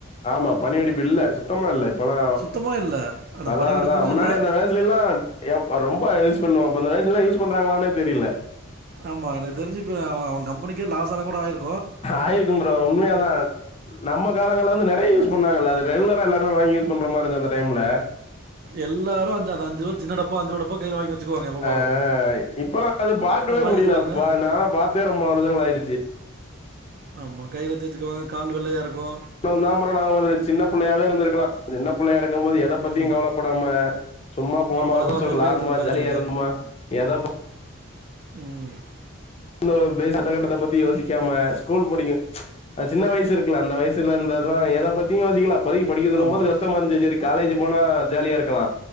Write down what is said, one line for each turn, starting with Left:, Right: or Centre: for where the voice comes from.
Left: ஆமா பனி வெடிப்பு இல்ல சுத்தமா இல்ல இப்பனா
Right: சுத்தமா இல்ல. அந்த
Left: அதா
Right: பனி வெடிப்பும்
Left: அதா முன்னாடி
Right: இல்ல.
Left: அந்த வேய்ஸ்லேல்லா எப் ரொம்ப யூஸ் பண்ணுவோ அப்ப அந்த வேய்ஸ் ல்லா யூஸ் பண்றாங்களானே தெரில
Right: ஆமா எனக்கு தெரிஞ்சி இப்ப அவ அவ கம்பனிக்கே லாஸ் ஆன கூட ஆயிருக்
Left: ஆயிருக்கு ப்ரோ உண்மையாதா நம்ம காலங்கள்ள வந்து நெறைய யூஸ் பண்ணாங்கள்ள அது ரெகுலரா எல்லாரு வாங்கி யூஸ் பண்ற மாரிருந்த அந்த டைம்ல
Right: எல்லாரு அஞ்சா தா அஞ்சுரு சின்ன டப்பா அஞ்சிருவா டப்பா கையில வாங்கி வச்சுக்குவாங்க எப்ப பாரும்.
Left: அ இப்பல்லா அது பாக்கவே
Right: அத வாங்கி
Left: முடியலப்ப
Right: வச்சுக்குவாங்க.
Left: நா பாத்தே ரொம்ப வரர்ஷங்கள் ஆயிடிச்சி
Right: ஆமா கையில தேச்சிக்குவாங்க கால் வெள்ளையாருக்கு
Left: <unintelligible> நா ஒரு சின்ன புள்ளையாவே இருந்திருக்களா சின்ன புள்ளையாருக் இருக்கும்போது எத பத்தியு
Right: ம்.
Left: கவலப்படாம சும்மா போமா
Right: வ வளராமயே
Left: அப்டின் சொல்
Right: அப்டியே
Left: வெளான்மா
Right: இருந்திருக்கலாங்கிறீங்க.
Left: ஜாலியா இருந்தமா எதப்
Right: ம்
Left: <unintelligible> அடுத்தக்கட்டத்த பத்தி யோசிக்காம ஸ்கூல் படிக்கு சின்ன வயசு இருக்குல அந்த வய்சுலந்த தா எதபத்தியு யோசிக்கலா இப்போதிக்கு படிக்க சொல்லும்போது
Right: ஆமா.
Left: கஷ்டமாருஞ்சி சரி காலேஜ் போனா ஜாலியா இருக்கலா‌